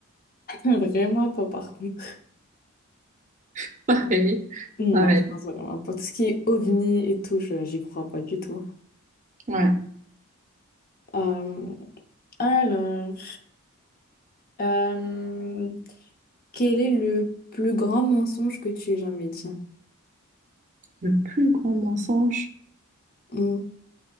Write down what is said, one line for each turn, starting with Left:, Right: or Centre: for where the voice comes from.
Left: <laughs> Vraiment pas, par contre.
Right: <laughs> Pareil.
Left: Non,
Right: Pareil.
Left: je pense vraiment pas. Tout ce qui est ovni et tout, je, j'y crois pas du tout.
Right: Ouais.
Left: Euh, alors, euh, quel est le plus grand mensonge que tu aies jamais dit?
Right: Le plus grand mensonge,
Left: Mon,